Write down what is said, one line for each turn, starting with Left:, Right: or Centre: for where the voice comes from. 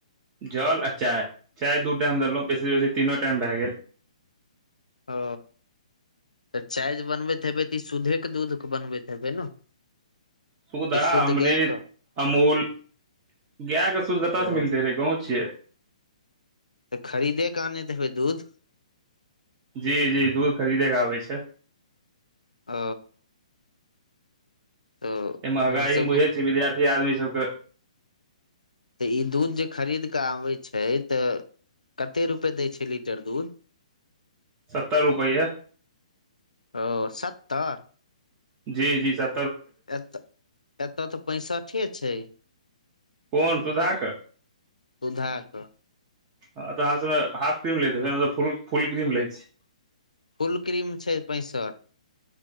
Right: जल आ चाय चाय दू टाइम देलहुं बेसी से बेसी तीनो टाइम भए गेल
Left: ओ तऽ चाय जे बनबैत हेबै तऽ ई सुूधेके दूध के बनबैत हेबै ने
Right: सुधा
Left: कि शुद्ध
Right: अमृत
Left: गाय के
Right: अमूल गायके शुद्ध कतऽसँ
Left: ओ
Right: मिलते रहै गाँव छियै
Left: तऽ खरीदे क आनैत हेबै दूध
Right: जी जी दूध खरीदे के आबै छै
Left: ओ तऽ
Right: इ महगाई
Left: अहाँ सबके
Right: में बुझै छै विद्यारथी आदमी सब के
Left: तऽ ई दूध जे खरीद कऽ आबैत छै तऽ कते रुपे दै छै लीटर दूध
Right: सत्तर रुपैये
Left: ओ सत्तर
Right: जी जी सर
Left: एतऽ एतऽ तऽ पैंसठे छै
Right: कोन सुधा क
Left: सुध कऽ
Right: ह तऽ अहाँ सब हाफ क्रीम लैत हेबय ने हम सब फुल क्रीम ले छी
Left: फुल क्रीम छै पैंसठि